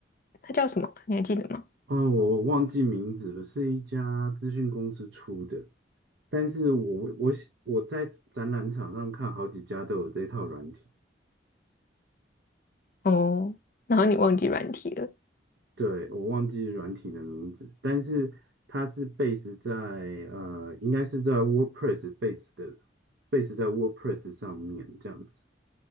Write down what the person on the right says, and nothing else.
哦我忘记名字了，是一家资讯公司出的。但是我我我在展览场上看好几家都有这套软体，
对，我忘记软体的名字，但是它是 base 在呃，应该是在 WordPress base 的 base 在 WordPress 上面这样子，